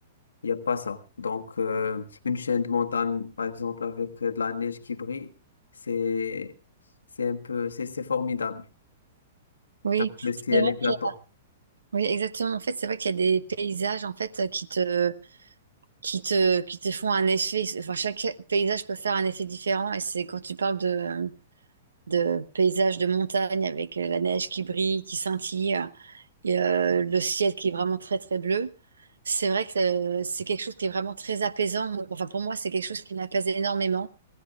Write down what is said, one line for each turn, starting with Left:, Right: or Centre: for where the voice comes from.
Left: il n'y a pas ça. Donc euh, une chaîne de montagne, par exemple, avec euh, de la neige qui brille, c'est c'est un peu c'est c'est formidable.
Right: Oui,
Left: Un peu Le ciel
Right: c'est vrai.
Left: éclatant.
Right: Oui, exactement. En fait, c'est vrai qu'il y a des paysages en fait euh, qui te, qui te, qui te font un effet. Enfin, chaque paysage peut faire un effet différent. Et c'est quand tu parles de, de paysages de montagne avec euh, la neige qui brille, qui scintille. euh, Et, euh, le ciel qui est vraiment très très bleu. C'est vrai que euh, c'est quelque chose qui est vraiment très apaisant. Enfin, pour moi, c'est quelque chose qui m'apaise énormément.